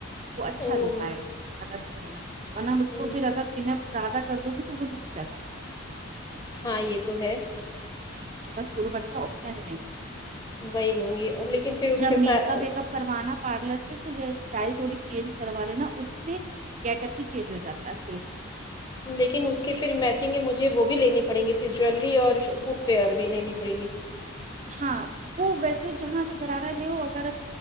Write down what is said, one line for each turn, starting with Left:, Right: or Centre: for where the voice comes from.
Right: وہ اچھا
Left: اوہ
Right: لک آئے گا اگر تم لینا ورنہ اس
Left: ہوں
Right: کو پھر اگر پن اپ زیادہ کر دو کو نک چلا جائے <unintelligible>
Left: ہاں یہ تو ہے
Right: ہ تو بس سرو پ کا آپشن نہیں ہے <unintelligible>
Left: وہی لوں نگی اور لیکن پھر اس کے ساتھ
Right: میک اپ ویک اپ کروانا پارلر سے تو ہیئر اسٹائل تھوڑی چینج کروا لینا اس سے گیٹ اپ ہی چینج ہو جاتا ہے فیس اس کا
Left: لیکن اس کے پھر میچنگ ہے مجھے وہ بھی لینی پڑیں گی پھر جویلری اور کپےر بھی لینی پڑے گی
Right: ہاں وہ ویسے جہاں سے گرارہ لےوہ اگر